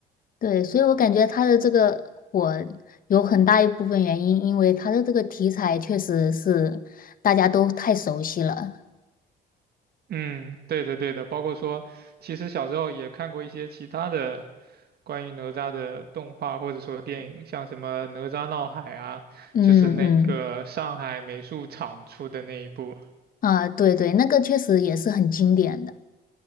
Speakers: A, on the left (about 50°); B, on the right (about 60°).
A: 对，所以我感觉他的这个火有很大一部分原因，因为他的这个题材确实是大家都太熟悉了。
B: 嗯，对的对的，包括说，其实小时候也看过一些其他的关于哪吒的动画或者说电影，像什么《哪吒闹海》啊，
A: 嗯嗯，
B: 就是那个上海美术厂出的那一部。
A: 啊，对对，那个确实也是很经典的。